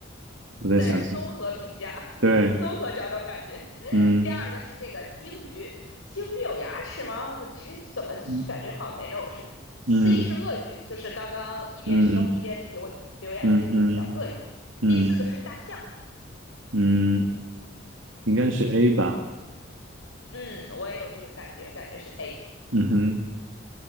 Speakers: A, on the right; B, on the left.
A: 我再想想。
B: 再综合评价，
A: 对，
B: 综合找找感觉。
A: 嗯
B: 第二个是这个鲸鱼，鲸鱼有牙齿吗？我其实怎么感觉好像没有似的。
A: 嗯
B: C
A: 嗯
B: 是鳄鱼，就是刚刚一边吃东西一边流流眼泪的一个小鳄鱼。
A: 嗯嗯嗯嗯
B: 第四个是大象，
A: 嗯，应该是 A 吧？
B: 嗯，我也有这个感觉，感觉是 A。
A: 嗯哼，